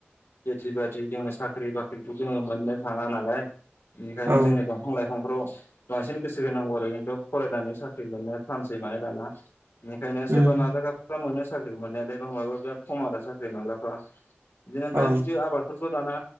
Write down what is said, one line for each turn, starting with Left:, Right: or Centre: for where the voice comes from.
Left: खेथि बाथि जोङो साख्रि बाख्रिखौ जोङो मोननो थाङा नालाय बेनिखायनो
Right: औ
Left: जोंनि दंफां लाइफां आबादफ्राव बांसिन गोसो होनांगौ आरो जोंथ फरायनानै साख्रि मोननो थानसै माने दाना। बेनिखायनो
Right: उम
Left: सोरबा नाजाग्राफ्रा मोनो साख्रिखौ मोननायालाय दंबाबो बिराद खम आरो साख्रि मोनग्राफ्रा। बिदिनो ओमफ्राय
Right: औ
Left: बिदि आबादफोरखौ दाना